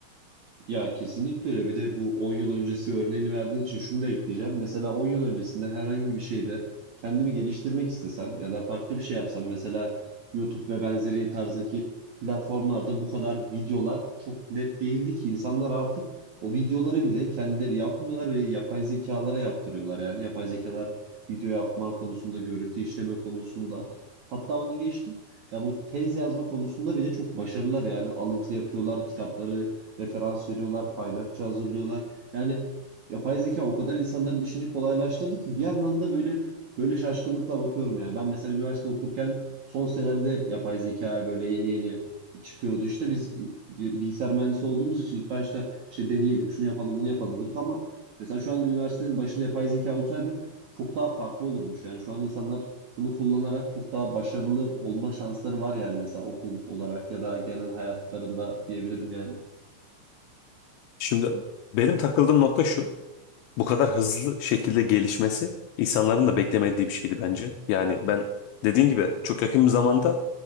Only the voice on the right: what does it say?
Ya kesinlikle öyle. Bir de bu 10 yıl öncesi örneğini verdiğin için şunu da ekleyeceğim. Mesela 10 yıl öncesinde herhangi bir şeyde kendimi geliştirmek istesem ya da farklı bir şey yapsam mesela YouTube ve benzeri tarzdaki platformlarda bu kadar videolar çok net değildi ki insanlar artık o videoları bile kendileri yapmıyorlar ve yapay zekalara yaptırıyorlar. Yani yapay zekalar video yapma konusunda, görüntü işleme konusunda hatta onu geçtim. Ya bu tez yazma konusunda bile çok başarılılar yani alıntı yapıyorlar, kitapları referans veriyorlar, kaynakça hazırlıyorlar. Yani yapay zeka o kadar insanların işini kolaylaştırdı ki bir yandan da böyle böyle şaşkınlıkla bakıyorum yani. Ben mesela üniversite okurken son senemde yapay zekaya böyle yeni yeni çıkıyordu. İşte biz bi- bilgisayar mühendisi olduğumuz için ilk başta işte deneyelim, şunu yapalım, bunu yapalım diyorduk ama mesela şu an üniversitenin başında yapay zeka olsaydı çok daha farklı olurmuş. Yani şu an insanlar bunu kullanarak çok daha başarılı olma şansları var yani mesela okul olarak ya da genel hayatlarında diyebilirim yani.